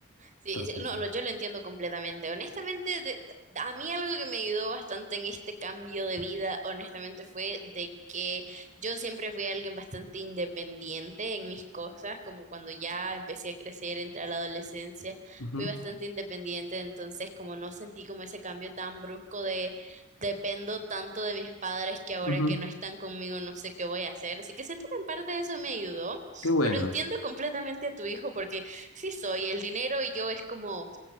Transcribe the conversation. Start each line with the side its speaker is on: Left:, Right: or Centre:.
Right: Sí,
Left: Entonces,
Right: sí, no,
Left: bueno.
Right: lo- yo lo entiendo completamente. Honestamente, de- a mí algo que me ayudó bastante en este cambio de vida, honestamente, fue de que yo siempre fui alguien bastante independiente en mis cosas, como cuando ya empecé a crecer, entré a la adolescencia,
Left: Ujú,
Right: fui bastante independiente, entonces como no sentí como ese cambio tan brusco de dependo tanto de mis padres que ahora
Left: ujú.
Right: que no están conmigo no sé qué voy a hacer. Así que siento que en parte eso me ayudó,
Left: Qué bueno.
Right: pero entiendo completamente a tu hijo porque sí soy. El dinero y yo es como,